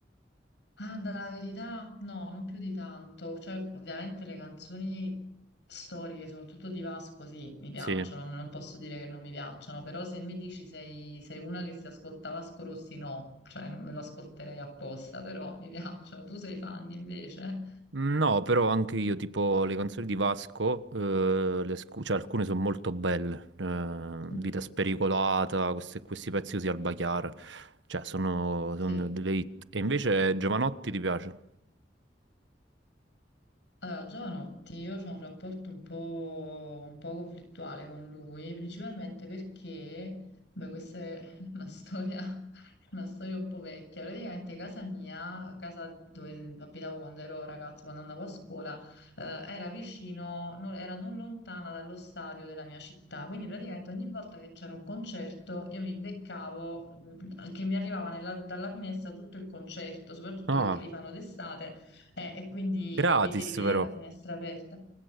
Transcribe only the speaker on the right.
Sì.
No, però anche io, tipo le canzoni di Vasco, eh, le ascu- cioè, alcune sono molto belle. eh,
Vita spericolata, questi, questi pezzi così al Chiara. Cioè, sono, sono
delle hit. E invece Giovanotti ti piace?
Ah,
gratis
però.